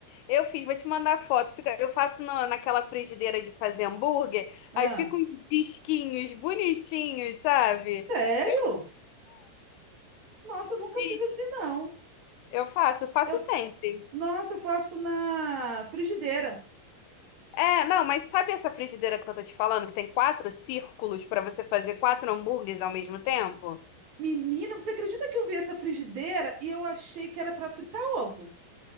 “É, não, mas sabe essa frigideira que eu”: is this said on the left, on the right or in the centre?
Left